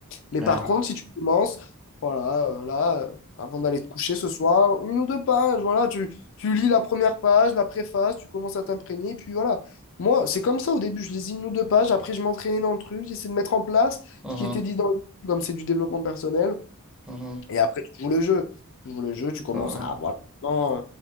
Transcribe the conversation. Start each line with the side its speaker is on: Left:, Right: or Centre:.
Left: Mais
Centre: Ouais.
Left: par contre, si tu commences, voilà, euh, là, euh, avant d'aller te coucher ce soir, une ou deux pages, voilà, tu, tu lis la première page, la préface, tu commences à t'imprégner, puis voilà. Moi, c'est comme ça au début, je lisais une ou deux pages, après je m'entraînais dans le truc, j'essayais de mettre en place
Centre: Mhm.
Left: ce qui était dit dans le livre, comme c'est du développement personnel,
Centre: Mhm.
Left: et après tu joues le jeu. Tu joues le jeu, tu commences
Centre: Ouais.
Left: à voilà, vraiment,